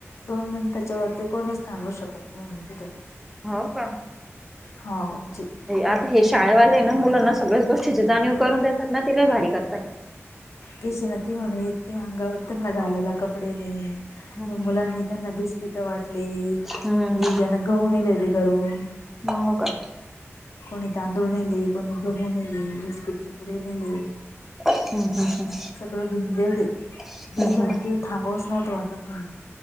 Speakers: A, on the left (about 70°); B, in the centre.
A: दोन मिनिटाच्या वरती कोणीच थांबू शकत नाही म्हणे तिथं.
B: हो का?
A: हाव जे
B: आता हे शाळेवाले ना मुलांना सगळ्याच गोष्टीची जाणीव करून देतात ना, ते लई भारी करतायत.
A: तेच ना ती म्हणत होती, अंगावर त्यांना घालायला कपडे नाही.
B: हम्म
A: मग मुलांनी त्यांना बिस्किट वाटले.
B: हम्म
A: दिव्यान गहू न्हेले होते घरून <inaudible>
B: हम्म हो काय?
A: कोणी तांदूळ नेले, कोणी गहू नेले, बिस्किटचे पुडे नेले.
B: हम्म, हम्म, हम्म.
A: सगळं घेऊन गेलते,
B: हम्म
A: दिऊजा
B: हम्म
A: म्हणते थांबवच नव्हतं वाटत म्हणे.